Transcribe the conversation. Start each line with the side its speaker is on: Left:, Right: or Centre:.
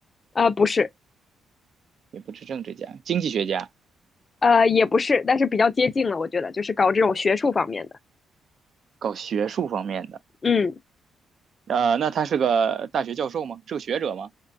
Left: 呃，不是。
Right: 也不是政治家，经济学家，
Left: 呃，也不是，但是比较接近了，我觉得就是搞这种学术方面的，
Right: 搞学术方面的。
Left: 嗯，
Right: 呃，那他是个大学教授吗？是个学者吗？